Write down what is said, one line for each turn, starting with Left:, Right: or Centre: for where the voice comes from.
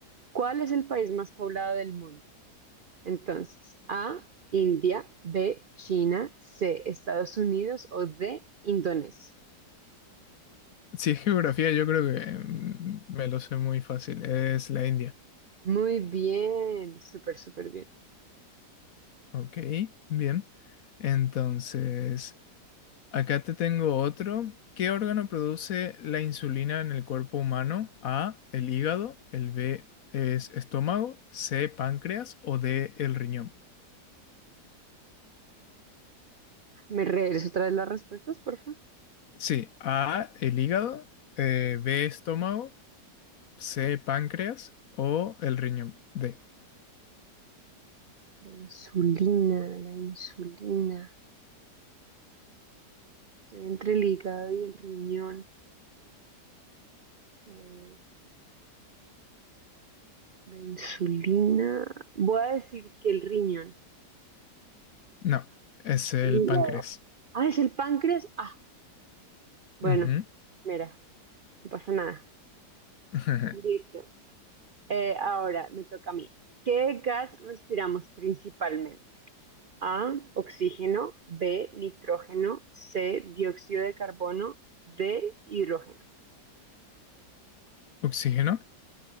Right: ¿Cuál es el país más poblado del mundo? Entonces, A, India, B, China, C, Estados Unidos o D, Indonesia.
Left: Si es geografía, yo creo que mm, me lo sé muy fácil. Es la India.
Right: Muy bien, súper, súper bien.
Left: Ok, bien. Entonces, acá te tengo otro. ¿Qué órgano produce la insulina en el cuerpo humano? A, el hígado, el B es estómago, C, páncreas o D, el riñón.
Right: ¿Me regreso otra vez las respuestas, por favor?
Left: Sí, A, el hígado, eh, B, estómago, C, páncreas o el riñón. D.
Right: La insulina, la insulina. Estoy entre el hígado y el riñón. A ver. La insulina. Voy a decir que el riñón,
Left: No, es el
Right: el hígado.
Left: páncreas.
Right: Ah, es el páncreas. Ah, bueno,
Left: Ujú.
Right: mira, no pasa nada.
Left: <laughs>
Right: Listo. Eh, ahora me toca a mí. ¿Qué gas respiramos principalmente? A, oxígeno, B, nitrógeno, C, dióxido de carbono, D, hidrógeno.
Left: ¿Oxígeno?